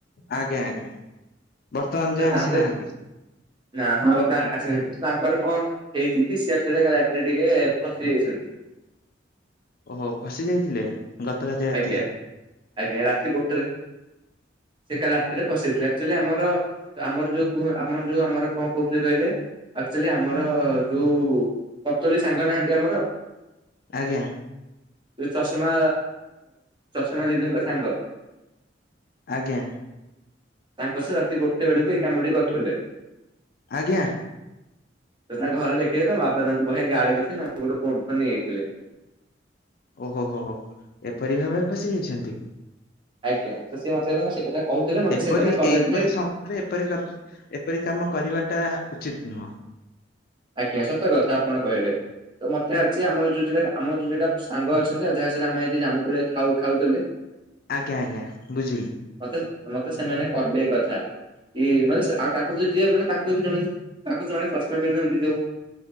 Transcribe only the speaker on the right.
ତ
ତାଙ୍କ
ନା ହଁ ବା ଆସିନାହାନ୍ତି ତ ତାଙ୍କର କଣ ହେଇଛି କି ସେ ଆକଚୁଆଲି କାଲି ରାତିରେ ଟିକେ ଫସି ଯାଇଛନ୍ତି। <inaudible>
ଆଜ୍ଞା ଆଜ୍ଞା ରାତିରେ ଗୋଟେରେ ସେ କାଲି ରାତିରେ ଫସେଇଥିଲେ। ଆକଚୁଆଲି ଆମର ଆମର ଯୋଉ ଆମର ଯୋଉ ଆମର କଣ କହୁଥିଲେ କହିଲେ ଆଚୁଆଲି ଆମର ଯୋଉ ପତଳୀ ସାଙ୍ଗ ନାହାନ୍ତି। ଆମର
ଯଉ ଚଷମା, ଚଷମା ଦିଦିଙ୍କ ସାଙ୍ଗ।
ତାଙ୍କ ସେ ରାତି ଗୋଟେ ବେଳକୁ ଏଇ କାମଟି କରୁଥିଲେ।
ତ ତାଙ୍କ ଘରେ ଦେଖିଲେ ତ ବାପା ତାଙ୍କୁ ବହେ ଗାଳି କରିଛନ୍ତି। ତାଙ୍କଠୁ ଫୋନ୍ ଫୋନ୍ ନେଇଯାଇଥିଲେ। <inaudible>
ଆଜ୍ଞା <unintelligible>
ସେ କଥା କଲେଜରେ
ଆଜ୍ଞା ସତ କଥା ଆପଣ କହିଲେ। ତ ମତେ ଅଛି ଆମର ଯୋଉତା ଆମ ଯୋଉଟା ସାଙ୍ଗ ଅଛନ୍ତି, ଯାହା ସାଙ୍ଗରେ ଆଜି ଆମେ ଜାମୁକୋଳି ଖାଉ ଖାଉଥିଲେ।
ମତେ ମତେ ସେମାନେ କହିଲେ ଏକଥା। ଏ ଇଏ ମାନେ ଆଉ ତାକୁ ଯି ମାନେ ତା ଜଣେ ତାକୁ ଜଣେ ଚସମା ପିନ୍ଧନ୍ତି ଯୋଉ